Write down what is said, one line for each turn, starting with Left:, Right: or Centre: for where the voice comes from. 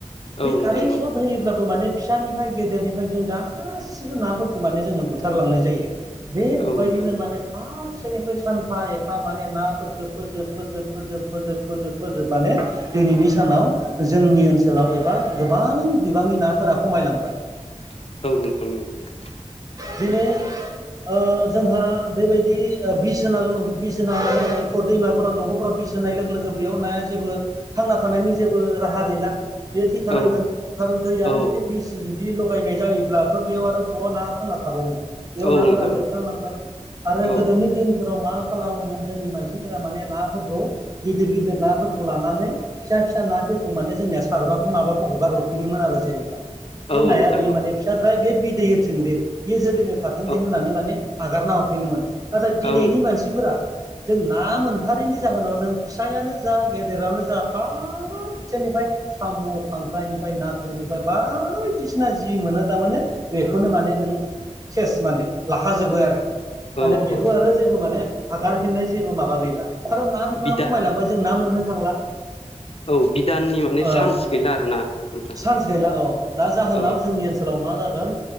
Left: औ
Right: बे
Left: नोंथां
Right: कारेन्ट
Left: औ
Right: सर्ट होयोब्लाबो माने फिसानिफ्राय गेदेरनिफ्राय जों गासिबो नाफोरखौ माने जोङो बुथारलांनाय जायो। बेबायदिनो
Left: औ नोंथां
Right: माने फार्स्ट सेनिफ्राय सानफा एफा माने नाफोरखौ फोजोब फोजोब फोजोब फोजोब फोजोब फोजोबनानै दिनैनि सानाव जोंनि ओनसोलाव एबा गोबां बिबांनि नाफोरा खमाय लांबाय।
Left: <unintelligible>
Right: दिनै ओ जोंहा बेबायदि बिस होनाल' बिस होना दैमाफोराव दंग'फोराव बिस होनाय लोगो लोगो बेयाव नाया जेबो थांना थानायनि जेबो राहा गैला। बेयो थैखानांगोन,
Left: औ
Right: खारन दैयानो
Left: औ
Right: जुदि बिस जुदि लगायनाय जायोब्लाथ' बेयाव आरो <unintelligible> ना थांना थाबावनो। बेयाव
Left: औ
Right: नाफोरा
Left: नोंथां
Right: जोबस्रांलांबाय।
Left: औ
Right: आरो
Left: औ
Right: गोदोनि दिनफोराव मा खालामोमोन जोंनि मानसिफोरा माने नाफोरखौ गिदिर गिदिर नाफोरखौ लानानै फिसा फिसा ना माने जोंनिया सारबाबो माबो हगार हरफिनोमोन आरो जेनेबा। बे
Left: औ
Right: नाया
Left: नोंथां
Right: बे
Left: औ
Right: माने फिसाद्राय बे बिदै होथों दे बे जोलैनो थाथों
Left: औ
Right: दे होननानै माने हागारना हरफिनोमोन। नाथाय दिनैनि
Left: औ
Right: मानसिफोरा जों ना मोनथारैनि जाहोनाव नों फिसायानो जा गेदेरानो जा <unintelligible> सेनिफ्राय साम' खांख्राइनिफ्राय नाथुरनिफ्राय बायदिसिना जि मोनो थारमाने बेखौ खौनो माने नों सेस माने लाखाजोबो आरो माने
Left: औ
Right: बेखौ
Left: औ
Right: आरो
Left: औ
Right: जेबो माने हागारफिननो जेबो माबा गैला। खारन ना बिबाङा
Left: बिदा
Right: खमायलांबाय जों ना मोननो थांला।
Left: <unintelligible> बिदाननि माने
Right: ओ
Left: चान्स गैला आरोना नोंथां
Right: चान्स गैला औ दा जाहोनाव
Left: औ
Right: जोंनि ओनसोलाव मा जादों